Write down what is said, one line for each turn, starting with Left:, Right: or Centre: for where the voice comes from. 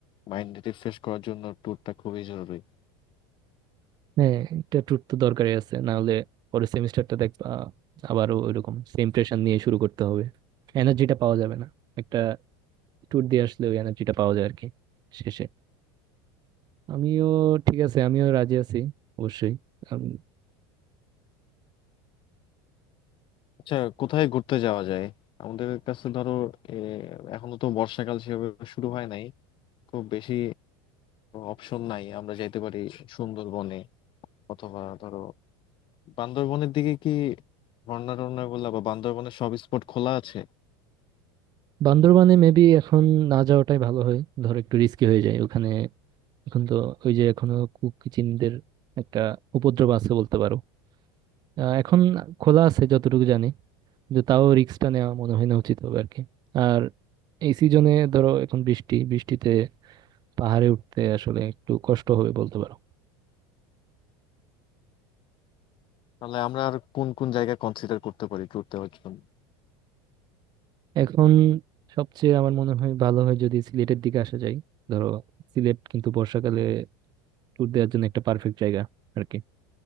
Left: মাইন্ড রিফ্রেশ করার জন্য ট্যুরটা খুবই জরুরি
Right: হ্যাঁ এটা ট্যুর তো দরকারই আছে না হলে পরের সেমিস্টারটা দেখবা আবারও ওইরকম সেম প্রেশার নিয়ে শুরু করতে হবে এনার্জিটা পাওয়া যাবে না একটা ট্যুর দিয়ে আসলে ওই এনার্জিটা পাওয়া যায় আর কি শেষে আমিও ঠিক আছে আমিও রাজি আছি অবশ্যই আমি
Left: আচ্ছা কোথায় ঘুরতে যাওয়া যায় আমাদের কাছে ধরো এ, এখনো তো বর্ষাকাল সেভাবে শুরু হয় নাই খুব বেশি অপশন নাই আমরা যাইতে পারি সুন্দরবনে অথবা ধরো বান্দরবনের দিকে কি ঝর্ণা টর্ণা গুলা বা বান্দরবনের সব স্পট খোলা আছে
Right: বান্দরবানে মেবি এখন না যাওয়াটাই ভালো হয় ধর একটু রিস্কি হয়ে যায় ওখানে এখন তো ওই যে এখনো কুকি চিনদের একটা উপদ্রব আছে বলতে পারো আহ, এখন খোলা আছে যতটুকু জানি কিন্তু তাও রিস্কটা নেওয়া মনে হয় না উচিত হবে আর কি আর এই সিজনে ধরো এখন বৃষ্টি বৃষ্টিতে পাহাড়ে উঠতে আসলে একটু কষ্ট হবে বলতে পারো
Left: তাহলে আমরা আর কোন কোন জায়গা কনসিডার করতে পারি ট্যুর দেওয়ার জন্য
Right: এখন সবচেয়ে আমার মনে হয় ভালো হয় যদি সিলেটের দিকে আসা যায় ধরো সিলেট কিন্তু বর্ষাকালে ট্যুর দেওয়ার জন্য একটা পারফেক্ট জায়গা আর কি